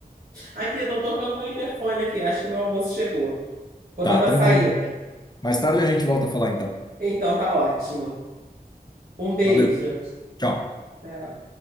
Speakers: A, on the right (about 60°); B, on the left (about 25°).
A: Aqui, estão tocando meu interfone aqui. Acho que meu almoço chegou. Vou
B: Tá,
A: dar uma
B: tranquilo.
A: saída.
B: Mais tarde a gente volta a falar então.
A: Então, tá ótimo. Um beijo.
B: Valeu, tchau.
A: Tchau.